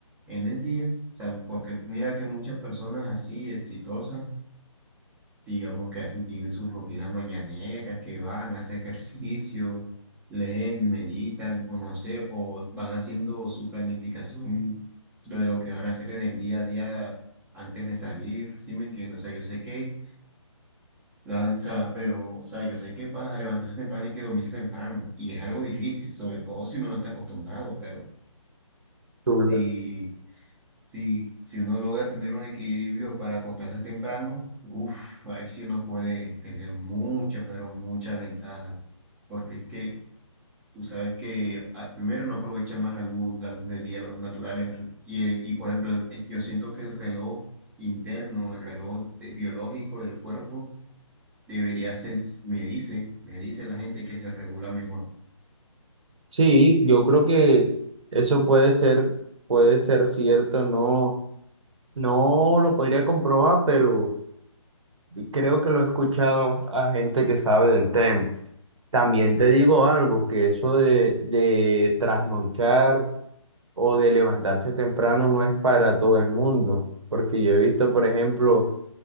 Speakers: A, in the centre; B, on the right.
A: en el día, o sea, porque mira que muchas personas así exitosas digamos que hacen, tienen sus rutinas mañaneras, que van, hacen ejercicio, leen, meditan, o no sé, o van haciendo su planificación de lo que van a hacer en el día a día antes de salir, ¿sí me entiendes? O sea, yo sé que, la, o sea, pero, o sea, yo sé que va a levantarse temprano y que dormirse temprano, y es algo difícil, sobre todo si uno no está acostumbrado, pero
B: Tú,
A: si... Si, si uno logra tener un equilibrio para acostarse temprano, uff, ahí sí uno puede tener mucha, pero mucha ventaja. Porque es que tú sabes que ah, primero no aprovecha más la luz, la luz del día, la luz natural. el re- y, eh, y por ejemplo, el- es- yo siento que el reloj interno, el reloj de- biológico del cuerpo, debería ser, me dice, me dice la gente que se regula mejor.
B: Sí, yo creo que eso puede ser, puede ser cierto, no, no lo podría comprobar, pero creo que lo he escuchado a gente que sabe del tema. También te digo algo, que eso de, de trasnochar o de levantarse temprano no es para todo el mundo, porque yo he visto, por ejemplo,